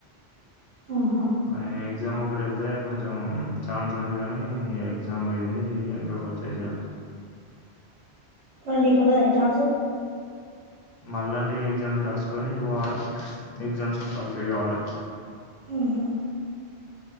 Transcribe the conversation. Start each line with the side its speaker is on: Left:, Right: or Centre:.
Right: మ్మ్ హ్మ్
Left: ఆ ఎగ్జామ్ ఒ కటి వెళ్తే కొంచెం ఛాన్స్ ఉంది కానీ ఎగ్జామ్ పోయింది ఎనకకి వచ్చేసిన.
Right: మన నీకుండదు ఏ ఛాన్సు
Left: మళ్ళ అంటే ఎగ్జామ్స్ రాసుకొని పోవాలే, ఎగ్జామ్స్ క్వాలిఫై కావాలే.
Right: హ్మ్ హు